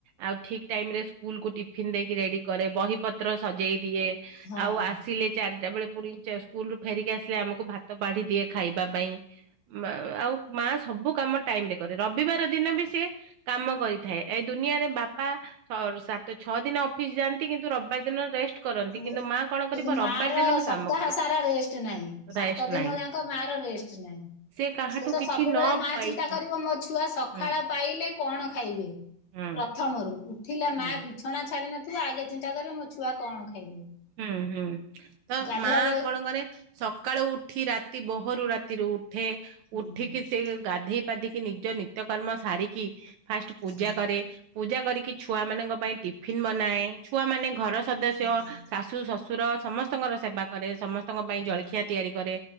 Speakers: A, on the right; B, on the left.
A: ଆଉ ଠିକ୍ ଟାଇମ ରେ ସ୍କୁଲ କୁ ଟିଫିିନ୍ ଦେଇକି ରେଡି କରେ ବହି ପତ୍ର ସଜେଇ ଦିଏ
B: ହଁ।
A: ଆଉ ଆସିଲେ ଚାରି ଟା <unintelligible> ବେଳେ ପୁଣି ଚା <unintelligible> ସ୍କୁଲ୍ ରୁ ଫେରିକି ଆସିଲେ ଆମକୁ ଭାତ ବାଢ଼ି ଦିଏ ଖାଇବା ପାଇଁ ମା ଆଉ ମା ସବୁ କାମ ଟାଇମ୍ ରେ କରେ। ରବିବାର ଦିନ ବି ସିଏ କାମ କରିଥାଏ। ଏଇ ଦୁନିଆରେ ବାପା ସାତ ଛଅ ଦିନ ଅଫିସ୍ ଯାଆନ୍ତି କିନ୍ତୁ ରବିବାର ଦିନ ରେଷ୍ଟ କରନ୍ତି
B: ବ
A: କିନ୍ତୁ ମା କଣ କରିବ
B: କିନ୍ତୁ ମା
A: ରବିବାର
B: ର
A: ଦିନ ବି
B: ସପ୍ତାହ
A: କାମ କରିବ
B: ସାରା ରେଷ୍ଟ ନାହିଁ।
A: ରାଇଷ୍ଟ
B: ସାତ ଦିନ
A: ନାହିଁ
B: ଯାଙ୍କ ମା ର ରେଷ୍ଟ୍ କିଛି ନାହିଁ
A: ସେ କାହାଠୁ
B: ସିଏ ତ
A: କିଛି
B: ସବୁବେଳେ
A: ନ
B: ମା
A: ପାଇକି
B: ଚିନ୍ତା କରିବ ମୋ ଛୁଆ ସକାଳ
A: ହୁଁ
B: ପାଇଲେ କଣ ଖାଇବେ?
A: ହୁଁ
B: ପ୍ରଥମରୁ ଉଠିଲା
A: ହୁଁ।
B: ମା ବିଛ୍ ଛଣା ଛାଡ଼ି ନଥିବ ଆଗେ ଚିନ୍ତା କରିବ ମୋ ଛୁଆ କଣ ଖାଇବେ।
A: ହୁଁ-ହୁଁ ତ
B: ଗାଧୁଆ
A: ମା
B: ବେଳେ
A: କଣ କରେ? ସକାଳୁ ଉଠି ରାତି ବୋହରୁ ରାତିରୁ ଉଠେ
B: ହୁଁ
A: ଉଠିକି ସେ ଗାଧେଇ ପାଧି କି ନିଜ ନିତ୍ୟ କର୍ମ ସାରିକି ଫାଷ୍ଟ ପୂଜା
B: ହୁଁ
A: କରେ। ପୂଜା କରିକି ଛୁଆ ମାନଙ୍କ ପାଇଁ ଟିଫିନ୍ ବନାଏ। ଛୁଆ ମାନେ ଘର ସଦସ୍ୟ
B: ହଁ
A: ଶାଶୁ, ଶଶୁର ସମସ୍ତଙ୍କର ସେବା କରେ। ସମସ୍ତଙ୍କ ପାଇଁ
B: ହୁଁ
A: ଜଳଖିଆ ତିଆରି କରେ